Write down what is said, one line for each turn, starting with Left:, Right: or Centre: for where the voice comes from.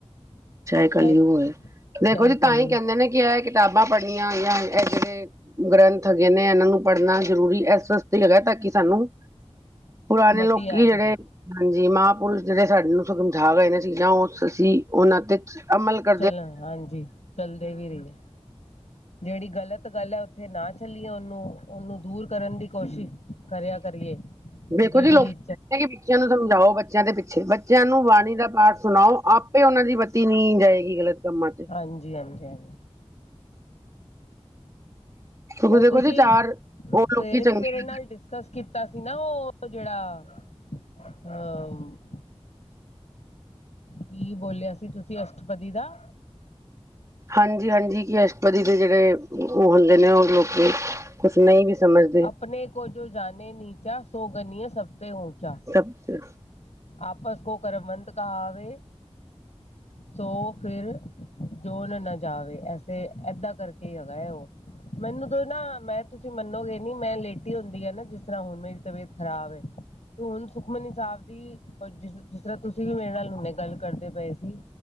Right: ਚੇ ਕੱਲਯੁਗ
Left: ਚਾਹੇ
Right: ਹੋਏ, ਦੇਖੋ
Left: ਚਾਹੇ
Right: ਜੀ ਤਾਂ
Left: ਕਲਯੁਗ
Right: ਹੀ ਕਹਿੰਦੇ ਨੇ ਕਿ ਇਹ ਕਿਤਾਬਾਂ ਪੜ੍ਹਨੀਆਂ ਜਾਂ ਇਹ ਜਿਹੜੇ ਗ੍ਰੰਥ ਹੈਗੇ ਨੇ ਇਹਨਾਂ ਨੂੰ ਪੜ੍ਹਨਾ ਜ਼ਰੂਰੀ ਇਸ ਵਾਸਤੇ ਹੈਗਾ ਤਾਂ ਕਿ ਸਾਨੂੰ ਪੁਰਾਣੇ
Left: ਮਤੀ
Right: ਲੋਕੀ
Left: ਆ ਸਕੇ
Right: ਜਿਹੜੇ ਹਾਂਜੀ ਮਹਾਂਪੁਰਸ਼ ਜਿਹੜੇ ਸਾਡੇ ਨੂੰ ਸਮਝਾਗੇ ਚੀਜ਼ਾਂ ਉਹ ਸੀ ਉਹਨਾਂ ਤੇ ਤੁਸ ਅਮਲ ਕਰ
Left: ਚਲਣ ਹਾਂਜੀ ਚੱਲਦੇ ਵੀ ਰਹੀ ਅ। ਜਿਹੜੀ ਗ਼ਲਤ ਗੱਲ ਹੈ ਉੱਥੇ ਨਾ ਚੱਲੀਏ ਉਹਨੂੰ-ਉਹਨੂੰ ਦੂਰ ਕਰਨ ਦੀ ਕੋਸ਼ਿਸ਼- ਕਰਿਆ ਕਰੀਏ।
Right: ਦੇਖੋ
Left: ਤੇ ਜਿਹੜੀ
Right: ਜੀ, ਲੋਕ <unintelligible> ਬੱਚਿਆਂ ਨੂੰ ਸਮਝਾਓ ਬੱਚਿਆਂ ਦੇ ਪਿੱਛੇ, ਬੱਚਿਆਂ ਨੂੰ ਬਾਣੀ ਦਾ ਪਾਠ ਸੁਣਾਓ। ਆਪੇ ਉਹਨਾਂ ਦੀ ਬ ਨਹੀਂ ਜਾਏਗੀ ਗਲਤ ਕੰਮਾਂ'ਚ
Left: ਹਾਂਜੀ- ਹਾਂਜੀ- ਹਾਂਜੀ।
Right: ਕਿਉਂਕਿ
Left: ਉਹ
Right: ਦੇਖੋ
Left: ਤੁਸੀਂ,
Right: ਜੀ ਚਾਰ ਉਹ
Left: ਸਵੇਰੇ
Right: ਲੋਕੀ ਚੰਗੇ
Left: ਵੀ ਮੇਰੇ ਨਾਲ ਡਿਸਕਸ ਕੀ ਕੀਤਾ ਸੀ ਨਾ, ਉਹ ਜਿਹੜਾ ਅ ਕੀ ਬੋਲਿਆ ਸੀ ਤੁਸੀ? ਅਸ਼ਟਪਦੀ ਦਾ।
Right: ਹਾਂਜੀ-ਹਾਂਜੀ, ਕਿ, ਅਸ਼ਟਪਦੀ ਦੇ ਜਿਹੜੇ ਉਹ ਹੁੰਦੇ ਨੇ, ਉਹ ਲੋਕੀ ਕੁਛ ਨਹੀਂ ਵੀ, ਸਮਝਦੇ।
Left: ਅਪਨੇ ਕੋ ਜੋ ਜਾਨੇ ਨੀਚਾ, ਸੋ ਗਨੀਏ ਸਭ ਤੇ ਊਚਾ
Right: ਸ <unintelligible>
Left: ਆਪਸ ਕੋ ਕਰਵੰਤ ਕਹਾਵੇ ਸੋ ਫਿਰ ਜੋਨ ਨਾ ਜਾਵੇ, ਐਸੇ, ਏਦਾਂ ਕਰਕੇ ਹੀ ਹੈਗਾ ਹੈ, ਉਹ ਮੈਨੂੰ ਤੋ ਨਾ, ਮੈਂ ਤੁਸੀਂ ਮੰਨੋਗੇ ਨੀ ਮੈਂ ਲੇਟੀ ਹੁੰਦੀ ਆ ਨਾ ਜਿਸ ਤਰ੍ਹਾਂ, ਹੁਣ ਮੇਰੀ ਤਬੀਅਤ ਖ਼ਰਾਬ ਏ ਤੋ ਹੁਣ, ਸੁਖਮਨੀ ਸਾਹਿਬ ਦੀ, ਜਿਸ, ਜਿਸ ਤਰ੍ਹਾਂ ਤੁਸੀਂ ਵੀ ਮੇਰੇ ਨਾਲ ਹੁਨੇ ਗੱਲ ਕਰਦੇ ਪਏ ਸੀ।